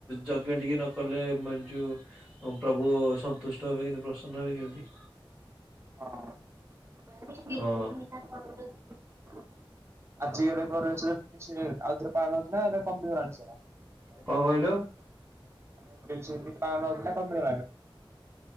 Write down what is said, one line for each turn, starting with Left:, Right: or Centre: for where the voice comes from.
Centre: ଯଜ୍ଞ ଟିକେ ନକଲେ ମାନେ ଯୋଉ ପ୍ରଭୁ ସନ୍ତୁଷ୍ଟ ହେବେ କେମିତି ପ୍ରସନ୍ନ ହେବେ କେମିତି?
Right: ହଁ ଆଜି
Centre: ହଁ
Right: <unintelligible> ଆଉଥରେ <unintelligible> ନା କମି ଗଲାଣି ସେରା? <unintelligible>
Centre: କଣ କହିଲୁ?
Right: <unintelligible> ହଉଥିଲା କମି ଗଲାଣି।